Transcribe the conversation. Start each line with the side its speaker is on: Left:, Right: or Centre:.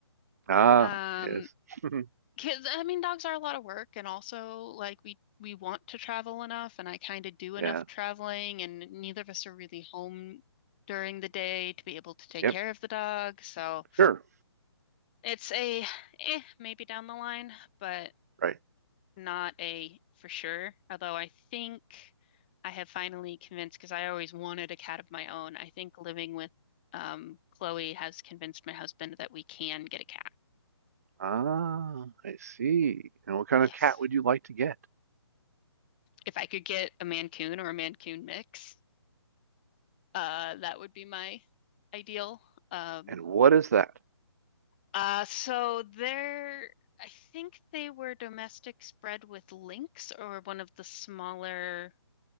Right: Ah,
Left: Um,
Right: yes. <laughs>
Left: Kids, I mean, dogs are a lot of work, and also like we we want to travel enough, and I kind of do enough
Right: Yeah.
Left: traveling, and neither of us are really home during the day to be able to take
Right: Yep.
Left: care of the dog. So
Right: Sure.
Left: it's a eh, maybe down the line, but
Right: Right.
Left: not a for sure. Although I think I have finally convinced, because I always wanted a cat of my own. I think living with um, Chloe has convinced my husband that we can get a cat.
Right: Ah, I see. And what kind
Left: Yes.
Right: of cat would you like to get?
Left: If I could get a Mancoon or a Mancoon mix. Uh, that would be my ideal. Um,
Right: And what is that?
Left: uh, so there, I think they were domestic spread with lynx or one of the smaller